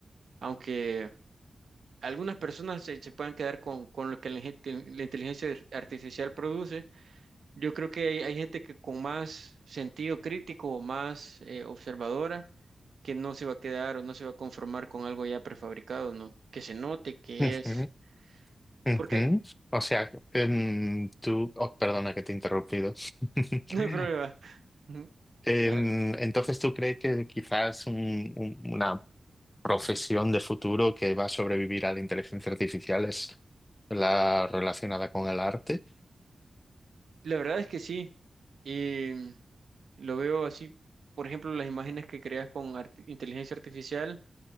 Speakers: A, on the right; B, on the left.
A: Aunque algunas personas se, se puedan quedar con, con lo que la, gente- la inteligencia artificial produce yo creo que hay, hay gente que con más sentido crítico o más eh, observadora que no se va a quedar o no se va a conformar con algo ya prefabricado, ¿no? Que se note que
B: Ujú,
A: es.
B: ujú.
A: Porque
B: O sea, em, tú, oh, perdona que te he interrumpido. <laughs>
A: <laughs> no hay problema. Ujú.
B: Em,
A: La verdad
B: entonces, ¿tú crees que quizás un- un- una profesión de futuro que va a sobrevivir a la inteligencia artificial es la relacionada con el arte.
A: la verdad es que sí. Y lo veo así, por ejemplo, las imágenes que creas con arti- inteligencia artificial.